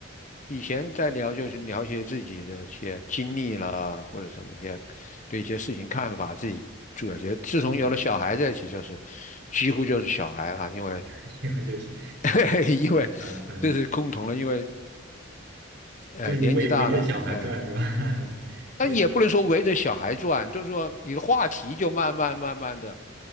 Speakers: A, on the left; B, on the right.
A: 以前在聊就是聊一些自己的一些经历啦，或者什么一些对一些事情看法，自己做一些。自从有了小孩在一起，
B: 嗯嗯嗯，
A: 就是几乎就是小孩了，因为
B: <laughs> 这个就是，
A: <laughs> 因为
B: 嗯嗯，
A: 这是共同的，因为呃年纪大了，
B: 就是围围着小孩转是吧？
A: 哎、
B: <laughs>
A: 但也不能说围着小孩转，
B: 那
A: 就是说你的话题就慢慢慢慢的，